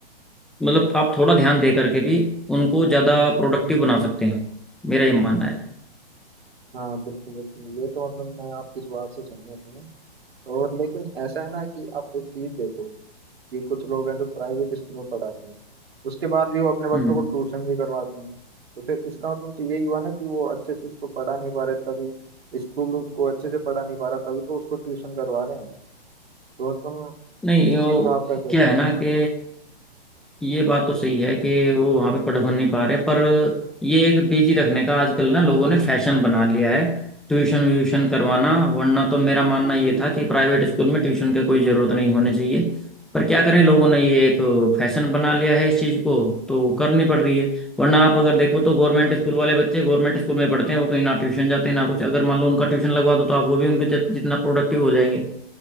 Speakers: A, in the centre; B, on the right.
A: मतलब आप थोड़ा ध्यान दे करके भी उनको ज़्यादा प्रोडक्टिव बना सकते हैं मेरा ये मानना है
B: हाँ बिल्कुल बिल्कुल ये तो मतलब मैं आपकी इस बात से सहमत हूँ और लेकिन ऐसा है ना कि आप एक चीज देखो कि कुछ लोग हैं जो प्राइवेट स्कूल में पढ़ाते हैं उसके बाद भी वो अपने बच्चों
A: हम्म
B: को ट्यूशन भी करवाते हैं तो फिर इसका मतलब तो यही हुआ ना कि वो अच्छे से उसको पढ़ा नहीं पा रहे तभी स्कूल उसको अच्छे से पढ़ा नहीं पा रहा तभी तो उसको ट्यूशन करवा रहे हैं तो तुम
A: नहीं
B: इस
A: वो
B: चीज में आपका क्या
A: क्या
B: कहना
A: है ना
B: है
A: कि ये बात तो सही है कि वो वहां पे पढ़ बन नहीं पा रहे पर ये एक बिजी रखने का आजकल ना लोगों ने फैशन बना लिया है ट्यूशन व्यूशन करवाना वरना तो मेरा मानना ये था कि प्राइवेट स्कूल में ट्यूशन की कोई जरूरत नहीं होनी चाहिए पर क्या करें लोगों ने ये एक फैशन बना लिया है इस चीज को तो करनी पड़ रही है वरना आप अगर देखो तो गवर्नमेंट स्कूल वाले बच्चे गवर्नमेंट स्कूल में पढ़ते हैं वो कहीं ना ट्यूशन जाते हैं ना कुछ अगर मान लो उनका ट्यूशन लगवा दो तो आप वो भी उनके जित- जितना प्रोडक्टिव हो जाएंगे